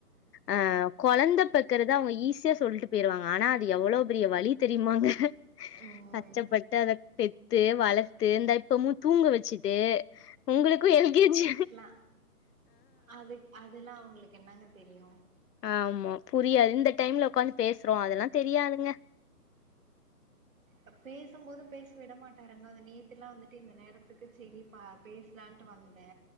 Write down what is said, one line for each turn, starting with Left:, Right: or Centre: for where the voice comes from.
Left: ஆ குழந்த பெக்கிறத அவங்க ஈஸியா சொல்ட் டு போயிருவாங்க ஆனா அது எவ்ளோ பெரிய வழி தெரியுமாங்க
Right: ம்.
Left: கஷ்டப்பட்டு அத பெத்து வளர்த்து இந்த இப்பமும் தூங்க வச்சுட்டு உங்களுக்கும எல் கே ஜி
Right: அ அது அதெல்லா அவங்களுக்கு என்னங்க தெரியு
Left: ஆமா புரியாது இந்த டைம்ல ஒக்காந்து பேசுறோ அதெல்லா தெரியாதுங்க
Right: அ பேசும்போது பேச விட மாட்டாருங்க நேத்துலா வந்துட்டு இந்த நேரத்துக்கு செரிப்பா பேசலான் ட்டு வந்தே